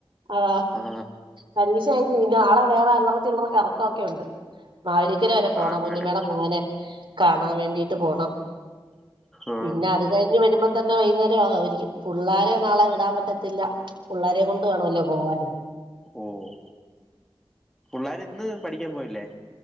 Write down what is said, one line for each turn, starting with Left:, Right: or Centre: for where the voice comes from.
Right: അത
Centre: ആ
Right: പരീക്ഷ കഴിഞ്ഞു പിന്നെ ആളെ വേറെ അല്ലറത്തിുള്ളറ ക ഇറക്കംഒക്കെ ഉണ്ട് മാവേലിക്കര വരെ പോണം
Centre: അങ്ങനെ
Right: കുഞ്ഞമേട മോനെ കാണാൻ വേണ്ടിട്ട് പോണം
Centre: ആ
Right: പിന്നെ അത് കഴിഞ്ഞ് വരുമ്പോ തന്നെ വൈകുന്നേരം ആകുവാരിക്കും പിള്ളാര നാളെ വിടാൻ പറ്റത്തില്ല പിള്ളേരെ കൊണ്ട് വേണല്ലോ പോകാന്
Centre: ഓഹ് പിള്ളേർ ഇന്ന് പഠിക്കാൻ പോയില്ലേ